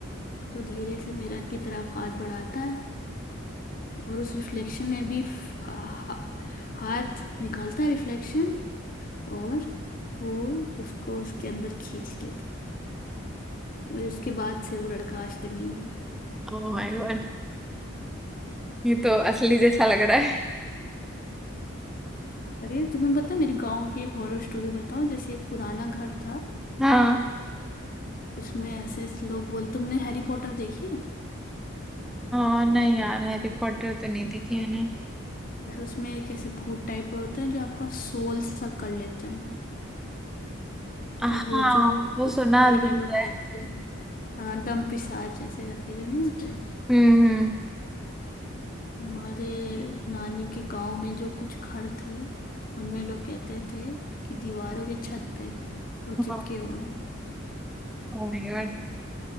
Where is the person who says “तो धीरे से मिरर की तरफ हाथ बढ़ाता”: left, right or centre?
Left